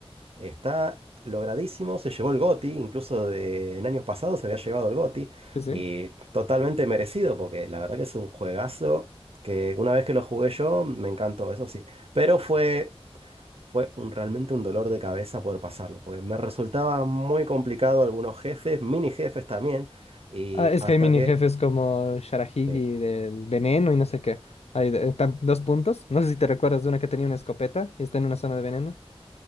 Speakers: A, on the right (about 65°); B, on the left (about 80°).
A: Está logradísimo, se llevó el GOTY, incluso de- en años pasados se había llevado el GOTY,
B: Sí, sí.
A: y totalmente merecido, porque la verdad que es un juegazo que una vez que lo jugué yo, me encantó, eso sí. Pero fue, fue un, realmente un dolor de cabeza poder pasarlo, porque me resultaba muy complicado algunos jefes, mini jefes también, y
B: Ah, es
A: hasta
B: que hay mini
A: que...
B: jefes como Sharahigi
A: sí,
B: del veneno y no sé qué. Hay de- tam- dos puntos. No sé si te recuerdas de una que tenía una escopeta y está en una zona de veneno.